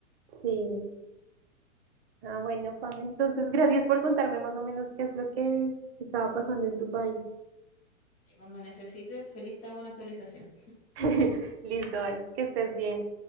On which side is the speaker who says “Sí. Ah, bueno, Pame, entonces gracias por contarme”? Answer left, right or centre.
Right